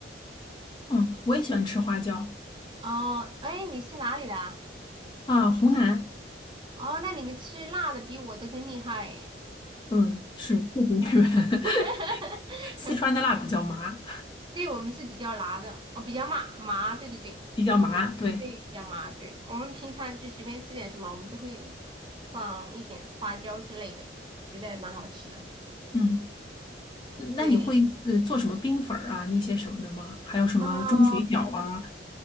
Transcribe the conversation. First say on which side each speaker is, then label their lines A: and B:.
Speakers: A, on the left; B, on the right.
A: 嗯，我也喜欢吃花椒
B: 哦，哎，你是哪里的啊？
A: 啊，湖南，
B: 哦，那你们吃辣的比我的更厉害耶。
A: 嗯，是就是日本，
B: <laughs>
A: <laughs> 四川的辣比较麻，
B: 对，我们是比较辣的，哦，比较麻麻，对对对，
A: 比较麻。
B: 对对，
A: 对，
B: 比较麻。对，我们平常就随便吃点什么，我们都会放一点花椒之类的，觉得蛮好吃的。
A: 嗯，嗯那你会呃做什么冰粉儿啊那些什么的吗？
B: 对，
A: 还有什么钟水饺啊？
B: 哦，